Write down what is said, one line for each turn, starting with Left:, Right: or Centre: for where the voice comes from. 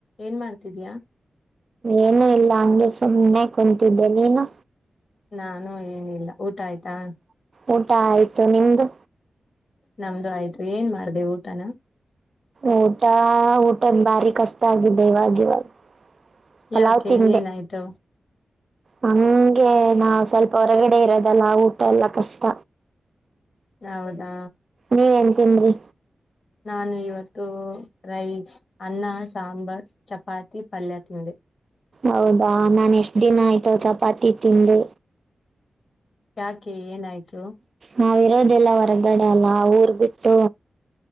Left: ಏನ್ ಮಾಡ್ತಿದ್ಯಾ
Right: ಏನು ಇಲ್ಲ ಅ <unintelligible> ಸುಮ್ಮನೆ ಕುಂತಿದ್ದ ನೀನು
Left: ನಾನು ಏನಿಲ್ಲ ಊಟ ಆಯ್ತಾ
Right: ಊಟ ಆಯ್ತು ನಿಮ್ದು
Left: ನಮ್ದು ಆಯ್ತು ಏನ್ ಮಾಡ್ದ ಊಟನ
Right: ಊಟ ಊಟನ್ ಭಾರಿ ಕಷ್ಟ ಆಗಿದೆ ಇವಾಗ ಇವಾಗ ಪಲಾವ್
Left: ಯಾಕೆ
Right: ತಿಂದೆ
Left: ಏನಾಯ್ತು.
Right: ಹಂಗೆ ನಾ ಸ್ವಲ್ಪ ಹೊರಗಡೆ ಇರೋದಲ್ಲ ಊಟ ಎಲ್ಲಾ ಕಷ್ಟ.
Left: ಹೌದಾ.
Right: ನೀವೇನ್ ತಿನ್ರಿ
Left: ನಾನು ಇವತ್ತು ರೈಸ್ ಅನ್ನ ಸಾಂಬಾರ್ ಚಪಾತಿ ಪಲ್ಯ ತಿಂದೆ.
Right: ಹೌದಾ ನನ್ ಎಷ್ಟ್ ದಿನ ಆಯ್ತಾವ ಚಪಾತಿ ತಿಂದು.
Left: ಯಾಕೆ ಏನಾಯ್ತು. ಹ.
Right: ನಾವ್ರೋದೆಲ್ಲ ಹೊರಗಡೆ ಅಲ್ಲ ಊರ್ ಬಿಟ್ಟು.